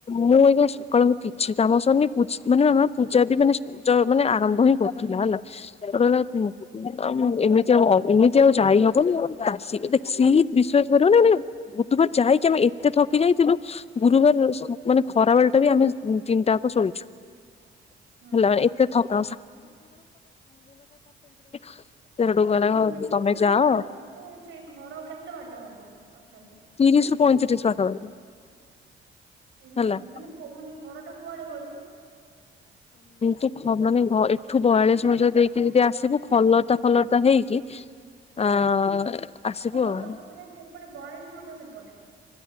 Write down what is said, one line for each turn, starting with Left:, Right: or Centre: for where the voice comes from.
Left: ମୁଁ ଆଜ୍ଞା। ସକାଳଙ୍କୁ କିଛି କାମ ସରିନି ପୂଜ୍ ମାନେ ହଁ ପୂଜା ବି ମାନେ ଯଅ ମାନେ ଆରମ୍ଭ ହିଁ କରୁଥିଲା ହେଲା। ରହିଲା ଆ ମୁଁ ଏମିତି ଆଉ ହ ଏମିତି ଆଉ ଯାଇହବନି ଆଉ ଆସକି ଦେଖି ବିଶ୍ଵାସ କରାନା ମାନେ ବୁଧବାର ଯାଇକି ଆମେ ଏତେ ଥକି ଯାଇଥିଲୁ ଗୁରୁବାର ମାନେ ଖରାବେଳ ଟା ବି ଆମେ ତିନିଟା ଆକ ଶୋଇଛୁ
Right: ହଁ
Left: ହେଲା ମାନେ ଏତେ ଥକା <unintelligible>
Right: ମାନେ
Left: ତମେ
Right: ଏଇଠୁ
Left: ଯାଅ
Right: ମାନେ ସେଇ ଘର କେତେ ବା ଟ ହବ ତଥାପି
Left: ତିରିଶରୁ ପଇଁତିରିଶ ପାଖାପାଖି।
Right: ତିରିଶ
Left: ହେଲା
Right: ପ ମାନେ ମାନେ ଘରଟା କୁଆଡେ କଇଲୁ?
Left: ତୁ ମାନେ ଏଠୁ ବୟାଳିଶ ମଜାର ଦେଇକି ଯଦି ଆସିବୁ ଖଲରଦା ଖଲରଦା ହେଇକି ଆ ଆସିବୁ
Right: ଓ
Left: ଆଉ।
Right: ତ ମାନେ ସେପଟେ ବାୟାଳିଶି ମୌଜା ସେପଟେ।